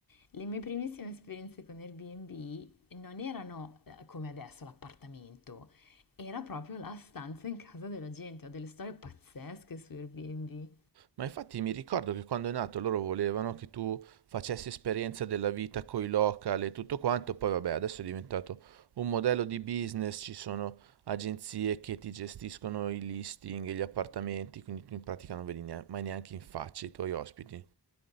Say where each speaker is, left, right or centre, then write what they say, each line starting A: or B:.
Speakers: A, on the left (about 50°); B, on the right (about 65°).
A: le mie primissime esperienze con Airbnb non erano eh, come adesso l'appartamento, era proprio la stanza in casa della gente. Ho delle storie pazzesche su Airbnb.
B: Ma infatti mi ricordo che quando è nato loro volevano che tu facessi esperienza della vita coi local e tutto quanto, poi vabbè, adesso è diventato un modello di business, ci sono agenzie che ti gestiscono i listing e gli appartamenti, quindi tu in pratica non vedi ne- mai neanche in faccia i tuoi ospiti.